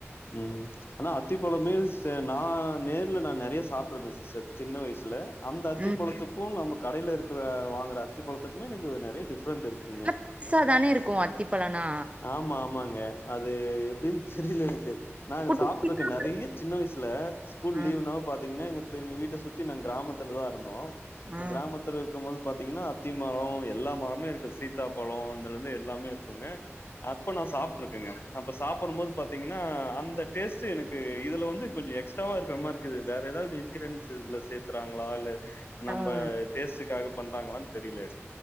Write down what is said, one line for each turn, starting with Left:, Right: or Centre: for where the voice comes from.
Left: ம் ஆனா அத்திப்பழ மீல்ஸ் நா நேர்ல நா நெறைய சாப்டுருக்கு ச சின்ன வயசுல அந்த அத்திப்பழத்துக்கு
Right: ம்
Left: நம்ம கடைல இருக்கிற வாங்குற அத்தி பழத்துக்குமே எனக்கு நெறைய டிஃப்ரெண்ட் இருக்குங்க
Right: பெருச தான இருக்கு அத்திப்பழனா
Left: ஆமா ஆமாங்க அது எப்டினு தெரியல எனக்கு நா அங்க
Right: குட்டி
Left: சாப்பிட்ருக்கே
Right: குட்டியா
Left: நெறைய சின்ன வயசுல ஸ்கூல்
Right: ஆ
Left: லீவ்னாவ பாத்தீங்கனா எங்க எங்க வீட்ட சுத்தி நா கிராமத்துல தா இருந்தோ இந்த
Right: ஆ
Left: கிராமத்துல இருக்குபோது பாத்தீங்கனா அத்திமரோ எல்லா மரமே இருக்கு சீத்தா பழோ இதுல இருந்து எல்லாமே இருக்குங்க அப்ப நா சாப்ட்ருக்கேங்க அப்ப சாப்டு போது பாத்தீங்கனா அந்த டேஸ்ட்டு எனக்கு இதுல வந்து கொஞ்சோ எக்ஸ்ட்ராவா இருக்கிற மாரி இருக்குது வேற ஏதாவது இங்கிறேடீண்ட்ஸ் இதுல சேத்தறாங்களா இல்ல நம்ம
Right: ஆ
Left: டேஸ்டுகாக பண்றாங்களானு தெரில